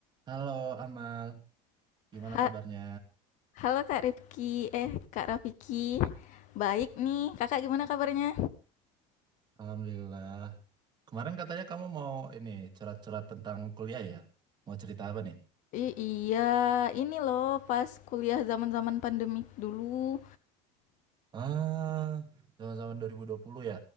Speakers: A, on the right; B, on the left.
A: Halo Amal, gimana
B: Ha-
A: kabarnya?
B: Halo Kak Rifki, eh Kak Rafiki, baik nih. Kakak gimana kabarnya?
A: Alhamdulillah. Kemarin katanya kamu mau ini curhat-curhat tentang kuliah ya? Mau cerita apa nih?
B: I- iya, ini loh pas kuliah zaman-zaman pandemik dulu.
A: Ah, zaman-zaman 2020 ya?